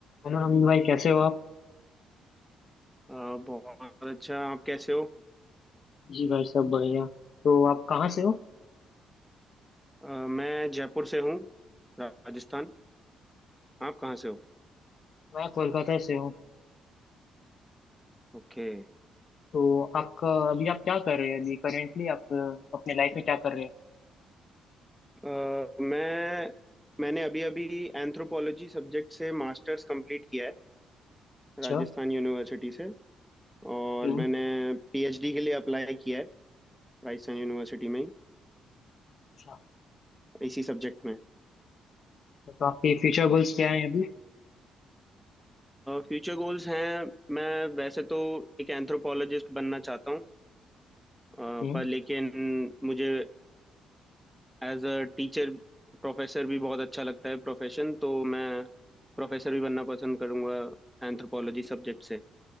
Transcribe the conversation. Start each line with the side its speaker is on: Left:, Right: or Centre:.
Left: Hello Amit भाई कैसे हो आप
Centre: अ, बहुत अच्छा आप कैसे हो
Left: जी भाई सब बढ़िया तो आप कहाँ से हो
Centre: अ, मैं जयपुर से हूँ राजस्थान आप कहाँ से हो
Left: मैं कोलकाता से हूँ
Centre: ओके
Left: तो आपका अभी आप क्या कर रहे हैं अभी करेंटली आप अ, अपने लाइफ में क्या कर रहे हैं
Centre: अ, मैं मैंने अभी अभी एंथ्रोपोलॉजी सब्जेक्ट से मास्टर्स कंप्लीट किया है
Left: अच्छा
Centre: राजस्थान यूनिवर्सिटी से और
Left: हम्म
Centre: मैंने पीएचडी के लिए अप्लाई किया है राजस्थान यूनिवर्सिटी में ही,
Left: अच्छा
Centre: इसी सब्जेक्ट में
Left: तो आपके फ्यूचर गोल्स क्या हैं अभी
Centre: फ्यूचर गोल्स हैं मैं वैसे तो एक एंथ्रोपोलॉजिस्ट बनना चाहता हूँ अ,
Left: हम्म
Centre: पर लेकिन मुझे एज अ टीचर प्रोफेसर भी बहुत अच्छा लगता है प्रोफेशन तो मैं प्रोफेसर भी बनना पसंद करूंगा एंथ्रोपोलॉजी सब्जेक्ट से